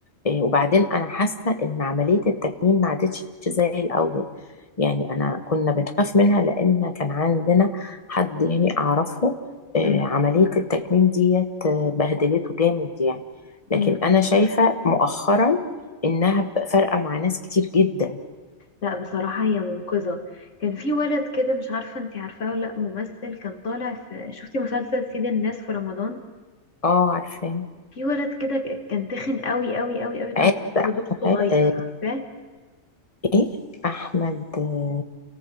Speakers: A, on the left; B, on the left.
A: آه، وبعدين انا حاسة ان عملية التكميم ما عادتش زي الاول يعني انا كنا بنخاف منها لان كان عندنا حد يعني اعرفه آه،
B: مم.
A: عملية التكميم ديت آه، بهدلته جامد يعني لكن
B: مم.
A: انا شايفة مؤخرا انها بقى فارقة مع ناس كتير جدا
B: لا بصراحة هي منقذة كان في ولد كده مش عارفة انتي عارفاه ولا لأ ممثل كان طالع في شفتي مسلسل سيد الناس في رمضان
A: اه عارفة
B: في ولد كده ك- كان تخن قوي قوي قوي قوي كان
A: عارف
B: طالع
A: أحمد
B: بدور صغير
A: آه،
B: عارفاه
A: ايه احمد آه،